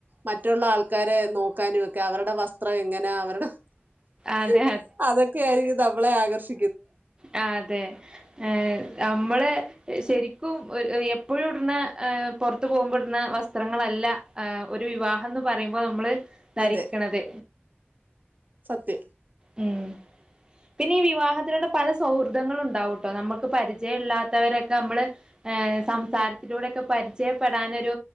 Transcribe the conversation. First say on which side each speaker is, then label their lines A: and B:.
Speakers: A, on the right; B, on the right.
A: മറ്റുള്ള ആൾക്കാരെ നോക്കാനും ഒക്കെ അവരുടെ വസ്ത്രം എങ്ങനാ അവരുടെ <unintelligible>
B: അതെ
A: അതൊക്കെയ ആായിരിക്ക നമ്മളെ ആകർഷി
B: ആ അതെ ഏഹ നമ്മള് ശരിക്കും എപ്പോഴും ഇടുന്ന പുറത്ത് പോകുമ്പോൾ ഇടുന്ന വസ്ത്രങ്ങളല്ല ഒരു വിവാഹംന്ന് പറയുമ്പോൾ നമ്മൾ ധരിക്കണത്
A: അതെ സത്യം
B: ഉം പിന്നെ ഈ വിവാഹത്തിലൂടെ പല സൗഹൃദങ്ങള ഉണ്ടാവട്ടോ നമ്മുക്ക് പരിചയം ഇല്ലാത്തവരൊക്കെ നമ്മള് ർ സംസാരത്തിലൂടെയൊക്കെ പരിചയപ്പെടാനൊ ഒരു